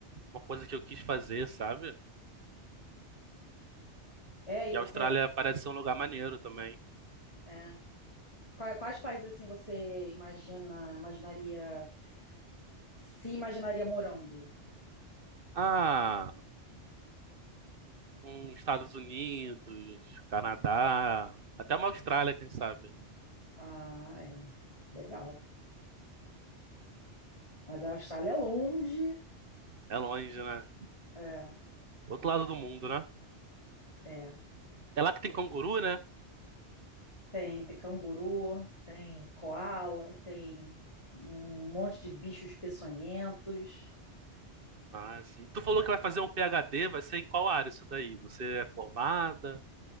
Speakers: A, on the right; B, on the left.
A: uma coisa que eu quis fazer, sabe?
B: É, e
A: E
B: você.
A: a Austrália parece ser um lugar maneiro também.
B: É. Qua- Quais países assim você imagina, imaginaria? se imaginaria morando.
A: Ah, um Estados Unidos, Canadá, até uma Austrália, quem sabe?
B: Ah, é. Legal. Mas a Austrália é longe.
A: É longe, né?
B: É,
A: Outro lado do mundo, né?
B: é.
A: É lá que tem canguru, né?
B: Tem, tem canguru, tem koala, tem um monte de bichos peçonhentos.
A: Ah, sim. Tu falou que vai fazer um PhD, vai ser em qual área isso daí? Você é formada?